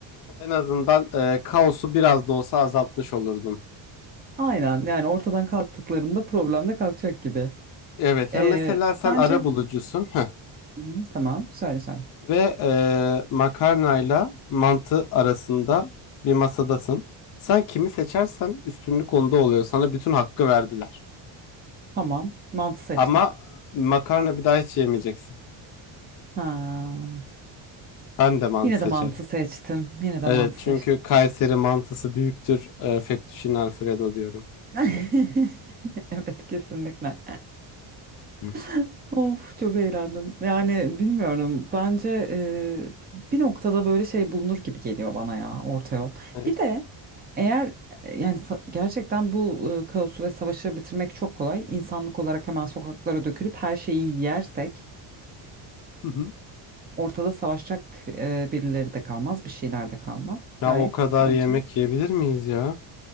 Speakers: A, on the left (about 45°); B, on the right (about 20°).
A: En azından e, kaosu biraz da olsa azaltmış olurdun.
B: <laughs> Aynen yani ortadan kalktıklarında problem de kalkacak gibi.
A: Evet
B: Eee
A: e, mesela sen
B: bence
A: arabulucusun heh.
B: Hı hı. tamam söyle söyle.
A: Ve e, makarnayla mantı arasında bir masadasın. Sen kimi seçersen üstünlük onda oluyor. Sana bütün hakkı verdiler.
B: Tamam mantı seçtim.
A: Ama makarna bir daha hiç yemeyeceksin.
B: Ha,
A: Ben de mantı
B: yine
A: seçerim.
B: de mantı seçtim. Yine de
A: Evet
B: mantı seçtim.
A: çünkü Kayseri mantısı büyüktür. E, Fettuccine Alfredo diyorum.
B: <laughs> Evet kesinlikle.
A: Hı.
B: <laughs> Of çok eğlendim. Yani bilmiyorum. Bence e, bir noktada böyle şey bulunur gibi geliyor bana ya orta yol.
A: Ne?
B: Bir de eğer e, yani sa- gerçekten bu e, kaosu ve savaşı bitirmek çok kolay. İnsanlık olarak hemen sokaklara dökülüp her şeyi yersek
A: Hı hı.
B: ortada savaşacak e, birileri de kalmaz, bir şeyler de kalmaz.
A: Ya
B: Gayet
A: o kadar
B: bence.
A: yemek yiyebilir miyiz ya?